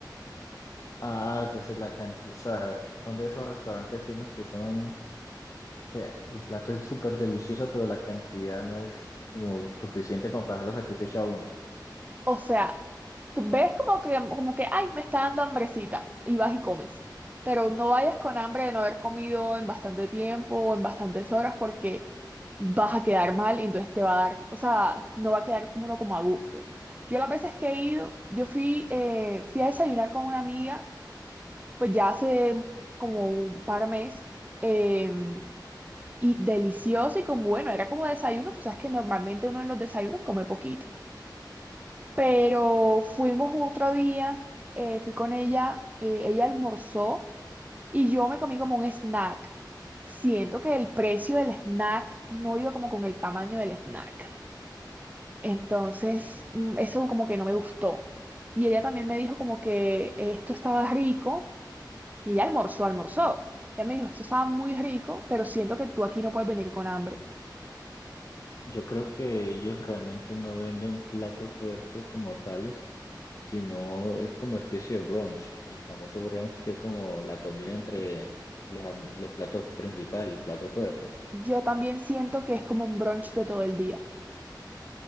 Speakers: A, on the left; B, on the right.
A: Ah, entonces la cantidad, o sea, son de esos restaurantes finos que son, que el plato es súper delicioso, pero la cantidad no es como suficiente como para hacerlo satisfecho a uno.
B: O sea, tú ves como que, como que, ay, me está dando hambrecita y vas y comes. Pero no vayas con hambre de no haber comido en bastante tiempo o en bastantes horas porque vas a quedar mal y entonces te va a dar, o sea, no va a quedar como uno como a gusto. Yo las veces que he ido, yo fui, eh, fui a desayunar con una amiga, pues ya hace como un par de meses, em, y delicioso y como bueno, era como desayuno, tú sabes que normalmente uno en los desayunos come poquito. Pero fuimos otro día, eh, fui con ella, eh, ella almorzó y yo me comí como un snack. Siento que el precio del snack no iba como con el tamaño del snack. Entonces, mm, eso como que no me gustó. Y ella también me dijo como que esto estaba rico y ella almorzó, almorzó. Ella me dijo, esto estaba muy rico, pero siento que tú aquí no puedes venir con hambre.
A: Yo creo que ellos realmente no venden platos fuertes como tales, sino es como especie de brunch, el famoso brunch que es como la comida entre los, alm- los platos principales, el plato fuerte.
B: Yo también siento que es como un brunch de todo el día.